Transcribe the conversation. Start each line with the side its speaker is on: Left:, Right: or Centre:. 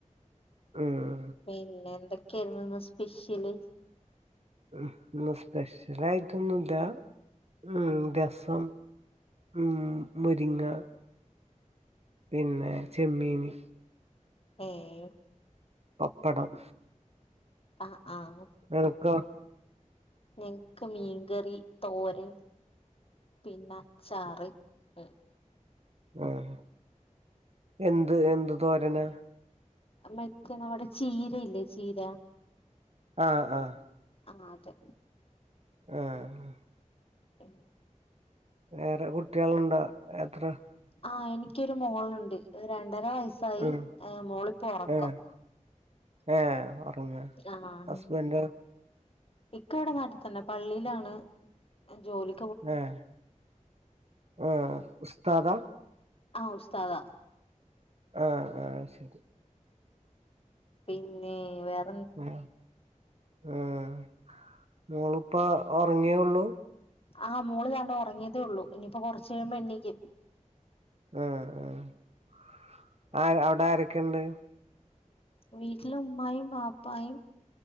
Right: ആഹ്
Left: പിന്നെ എന്തൊക്കെയായിരുന്നു ഇന്ന് സ്പെഷ്യല്
Right: ഉം ഇന്ന് സ്പെഷ്യലായിട്ടൊന്നും ഇല്ലാ ഉം രസം ഉം മുരിങ്ങ പിന്നെ ചെമ്മീന്
Left: ഏഹ്
Right: പപ്പടം
Left: ആഹ് ആഹ്
Right: നിനക്കോ
Left: എനക്ക് മീൻകറി തോരൻ പിന്നെ അച്ചാറ് ഉം
Right: ആ ഹ് എന്ത് എന്ത് തോരന
Left: മച്ച നമ്മടെ ചീരയില്ലേ ചീര
Right: ആഹ് ആഹ്
Left: ആഹ് അതെ
Right: ആഹ്
Left: ഉം
Right: വേറെ കുട്ടികളുണ്ടോ എത്ര
Left: ആഹ് എനിക്കൊരു മോൾ ഉണ്ട് രണ്ടര വയസായി
Right: ഉം
Left: മോളിപ്പോ ഉറക്കം
Right: ഏഹ് ഏഹ് ഉറങ്ങ
Left: ആഹ്
Right: ഹസ്ബന്റോ
Left: ഇക്ക ഇവിടെ നാട്ടിൽ തന്നെ പള്ളിയിലാണ് ജോലി
Right: ഏഹ് ആഹ് ഉസ്താദാ
Left: ആഹ് ഉസ്താദാ
Right: ആഹ് ആഹ് അയ് ശരി
Left: പിന്നെ വേറെ
Right: ഉം ആഹ് മോൾ ഇപ്പൊ ഉറങ്ങിയേള്ളൂ
Left: ആഹ് മോള് ഇതാണ്ട് ഉറങ്ങിയതേ ഒള്ളൂ ഇനിയിപ്പോ കുറച്ച് കഴിയുമ്പോ എണ്ണീക്കും
Right: ആഹ് ആഹ് ആഹ് അവിടെ ആരൊക്കെ ഇണ്ട്
Left: വീട്ടില് ഉമ്മായും വാപ്പായും